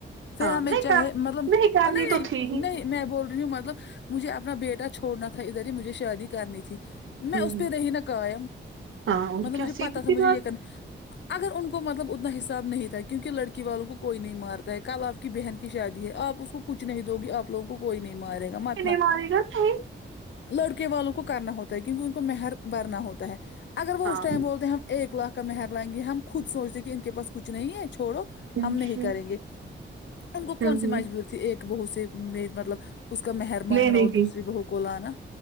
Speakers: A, on the left; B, on the right.
A: پھر
B: ہاں
A: ہمیں
B: نہیں
A: چاہے
B: کر
A: مطلب
B: نہیں کرنی
A: نہیں
B: تو تھی ہی
A: نہیں میں بول رہی ہوں مطلب مجھے اپنا بیٹا چھوڑنا تھا ادھر ہی مجھے شادی کرنی تھی میں
B: ہ
A: اس پہ رہی نہ قائم
B: ہاں اور
A: مطلب
B: کیا
A: مجھے
B: سیدھی
A: پتا
B: سی
A: تھا مجھے
B: بات
A: یہ کرنا اگر ان کو مطلب اتنا حساب نہیں تھا کیونکہ لڑکی والوں کو کوئی نہیں مارتا ہے کل آپ کی بہن کی شادی ہے آپ اس کو کچھ نہیں دو گی آپ لوگوں کو کوئی نہیں مارے گا متنا
B: نہیں مارے گا نہیں
A: لڑکے والوں کو کرنا ہوتا ہے کیونکہ ان کو مہر بھرنا ہوتا ہے اگر وہ
B: ہاں
A: اس ٹائم بولتے ہیں ہم ایک لاکھ کا مہر لائیں گے ہم خود سوچتے کہ ان کے پاس کچھ نہیں ہے چھوڑو
B: ہوں
A: ہم نہیں کریں گے ہم کو کون
B: ہوں
A: سی مجبور تھی ایک بہو سے میں مطلب اس کا مہر مانگنا
B: لینے
A: اور
B: کی
A: دوسری بہو کو لانا